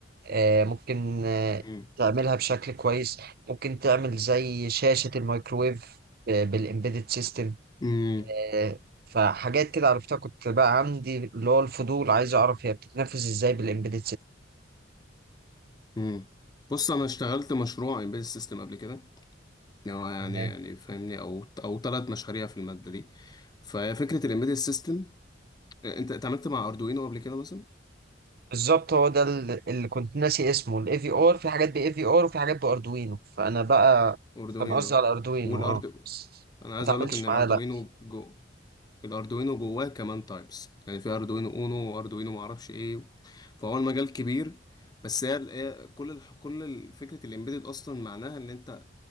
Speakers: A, on the right; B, on the left.
A: آه، ممكن آه،
B: امم
A: تعملها بشكل كويس ممكن تعمل زي شاشة الميكرويف آه، بالإمبيدد سيستم
B: امم
A: آه، فحاجات كده عرفتها كنت بقى عندي اللي هو الفضول عايز أعرف هي بتتنفذ إزاي بالإمبيدد
B: أمم. بص انا اشتغلت مشروع امبيدد سيستم قبل كده يعني هو يعني
A: سيستم
B: يعني فاهمني او او ثلاث مشاريع في الماده دي فهي فكره الامبيدد سيستم انت اتعاملت مع اردوينو قبل كده مثلا
A: بالظبط هو ده ال- اللي كنت ناسي اسمه الاي في ار في حاجات باي في ار وفي حاجات باردوينو فانا بقى
B: اردوينو
A: كان قصدي على اردوينو
B: والاردو
A: اه بس
B: انا عايز
A: ما اتعاملتش
B: اقول لك ان الاردوينو
A: معاه لا
B: جو الاردوينو جواه كمان تايبس يعني في اردوينو اونو واردوينو معرفش ايه فهو المجال كبير بس هي ال- هي كل الح- كل ال- فكره الامبيدد اصلا معناها ان انت